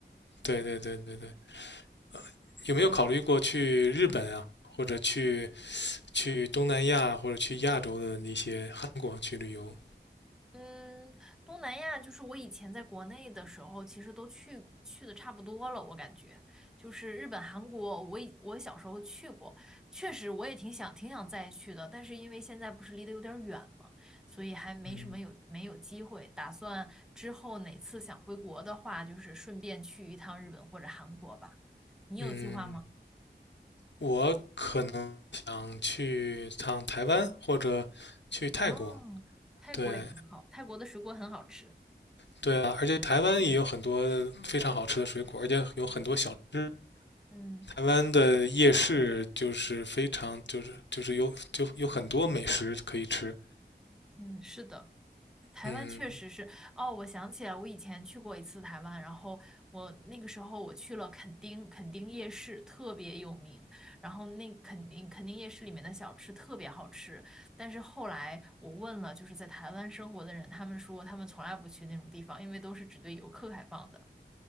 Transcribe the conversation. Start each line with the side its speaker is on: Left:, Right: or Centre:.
Left: 对对对对对，呃，有没有考虑过去日本啊，或者去去东南亚，或者去亚洲的那些韩国去旅游？
Centre: 嗯，东南亚就是我以前在国内的时候，其实都去去的差不多了，我感觉就是日本、韩国，我以我小时候去过，确实我也挺想挺想再去的，但是因为现在不是离得有点远嘛，所以还没什么有没有机会。
Left: 嗯
Centre: 打算之后哪次想回国的话，就是顺便去一趟日本或者韩国吧。你有计划吗？
Left: 嗯，我可能想去趟台湾或者去泰国。
Centre: 哦，泰国也挺好，
Left: 对
Centre: 泰国的水果很好吃。
Left: 对啊，而且台湾也有很多非常好吃的水果，而且有很多小吃。
Centre: 嗯
Left: 台湾的夜市就是非常就是就是有就有很多美食可以吃，
Centre: 嗯，是的。台湾确实是，
Left: 嗯，
Centre: 哦，我想起来，我以前去过一次台湾，然后我那个时候我去了垦丁，垦丁夜市特别有名，然后那垦丁垦丁夜市里面的小吃特别好吃，但是后来我问了就是在台湾生活的人，他们说他们从来不去那种地方，因为都是只对游客开放的。